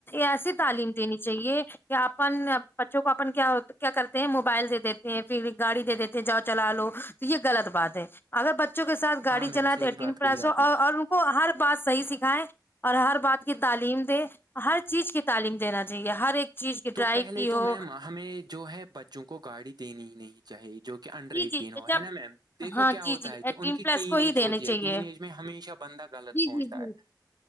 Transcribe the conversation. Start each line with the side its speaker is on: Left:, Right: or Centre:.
Left: ایسی تعلیم دینی چاہیے کیا اپن بچوں کو اپن کیا کیا کرتے ہیں موبائل دے دیتے ہیں پھر گاڑی دے دیتے جاؤ چلا لو تو یہ غلط بات ہے اگر بچوں کے ساتھ گاڑی
Right: ہاں میم
Left: چلائے
Right: صحیح
Left: تو ایٹین
Right: بات
Left: پلاس
Right: کہی آپ
Left: ہو
Right: نے
Left: اور ان کو ہر بات صحیح سکھائے اور ہر بات کی تعلیم دے ہر چیز کی تعلیم دینا چاہیے ہر ایک چیز کی
Right: تو
Left: ٹرائی
Right: پہلے
Left: کی
Right: تو
Left: ہو
Right: میم ہمیں جو ہے بچوں کو گاڑی دینی ہی نہیں تھی چاہیے جو کہ انڈر
Left: جی
Right: ایٹین
Left: جی
Right: ہو
Left: جب
Right: ہے نا میم دیکھو
Left: ہاں
Right: کیا ہوتا
Left: جی جی
Right: ہے
Left: ایٹین
Right: کہ ان کی
Left: پلس
Right: ین
Left: کو
Right: ایج
Left: ہی دینے
Right: ہوتی ہے
Left: چاہیے
Right: ین ایج میں ہمیشہ بند غلط
Left: جی
Right: سوچتا
Left: جی جی
Right: ہے